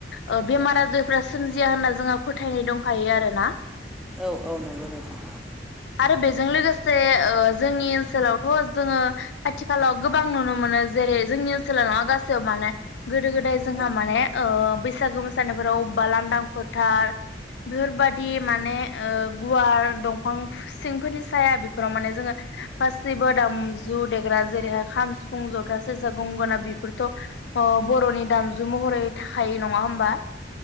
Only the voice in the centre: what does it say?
औ औ नंगौ नोंथां।
औ